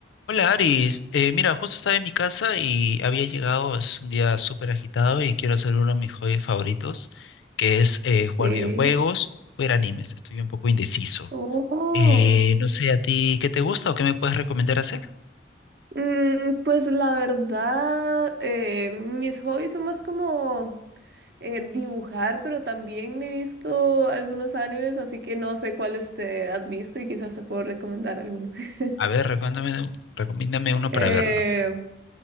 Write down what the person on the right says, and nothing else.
Sí.
Oh.
Mm, pues la verdad, eh, mis hobbies son más como eh, dibujar, pero también me he visto algunos animes, así que no sé cuáles te has visto y quizás te puedo recomendar alguno. <laughs>
Eh,